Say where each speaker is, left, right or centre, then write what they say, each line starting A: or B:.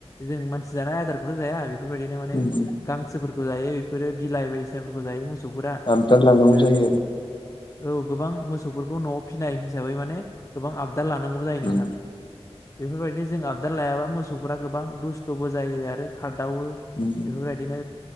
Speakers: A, on the left; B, on the left.
A: जों मानसि जानाय आदारखौथ' जाया बेफोरबायदिनो माने
B: उम उम
A: गांसोफोरखौ जायो बेफोरो बिलाइ बायदिसिनाफोरखौ जायो मो सौबौफोरा
B: आबदाल लानांगौ
A: ओ
B: जायो आरो
A: औ। गोबां मोसौफोरखौ न'आव फिनाय हिसाबै माने गोबां आबदा लानांगौबो जायो नोंथां।
B: उम
A: बेफोरबायदि जों आबदार लायाबा मोसौफोरा गोबां दुस्थ'बो जायो आरो खार दावो
B: उम उम
A: बेफोरबायदिनो